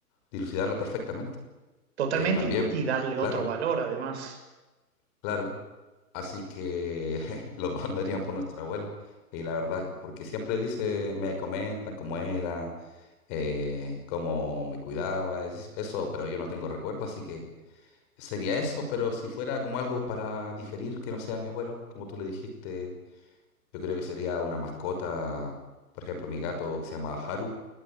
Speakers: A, on the left; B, on the right.
A: dilucidarlo perfectamente.
B: Totalmente,
A: Eh, también,
B: y, y darle
A: claro,
B: otro valor además.
A: claro. Así que <laughs> los dos nos dirían por nuestro abuelo. Y la verdad, que- porque siempre dice, me comentan cómo era, eh, cómo me cuidaba, es- eso, pero yo no tengo recuerdo, así que sería eso, pero si fuera como algo para diferir, que no sea mi abuelo, como tú le dijiste Yo creo que sería una mascota, por ejemplo, mi gato que se llama Haru,